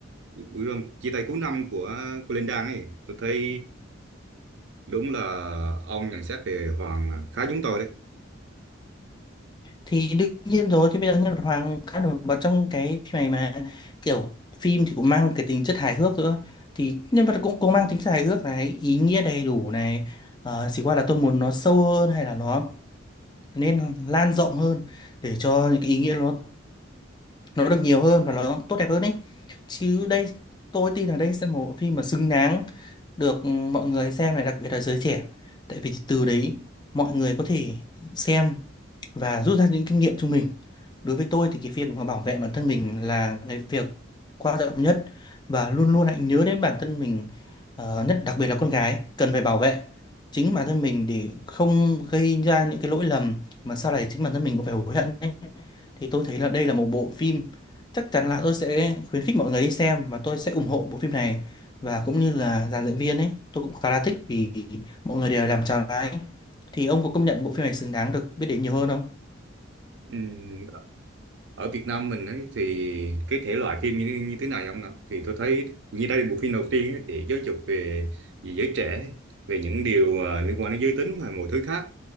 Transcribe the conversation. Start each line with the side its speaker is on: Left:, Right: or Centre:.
Right: buổi prom chia tay cuối năm của của Linh Đan ấy tôi thấy đúng là ông nhận xét về Hoàng là khá giống tôi đấy
Left: thì đương nhiên rồi thì bây giờ nhân vật Hoàng khá nổi bật trong cái phim này mà kiểu phim thì cũng mang cái tính chất hài hước nữa thì nhân vật cũng cũng mang tính chất hài hước này ý nghĩa đầy đủ này Ờ, chỉ qua là tôi muốn nó sâu hơn hay là nó nên lan rộng hơn để cho những cái ý nghĩa nó nó được nhiều hơn và nó tốt đẹp hơn ấy chứ đây tôi tin là đây sẽ là một bộ phim mà xứng đáng được ừ, mọi người xem này đặc biệt là giới trẻ tại vì từ đấy mọi người có thể xem và rút ra những kinh nghiệm cho mình đối với tôi thì cái việc mà bảo vệ bản thân mình là cái việc quan trọng nhất và luôn luôn hãy nhớ đến bản thân mình ờ, nhất đặc biệt là con gái cần phải bảo vệ chính bản thân mình để không gây ra những cái lỗi lầm mà sau này chính bản thân mình cũng phải hối hận ấy. thì tôi thấy là đây là một bộ phim chắc chắn là tôi sẽ khuyến khích mọi người đi xem và tôi sẽ ủng hộ bộ phim này và cũng như là dàn dựng viên ấy tôi cũng khá là thích vì mọi người đều làm tròn vai ấy. thì ông có công nhận bộ phim này xứng đáng được biết đến nhiều hơn không
Right: Ừm, ở Việt Nam mình ấy thì cái thể loại phim như như thế này ông ạ thì tôi thấy như đây là bộ phim đầu tiên ấy, để giáo dục về, về giới trẻ về những điều à, liên quan đến giới tính và mọi thứ khác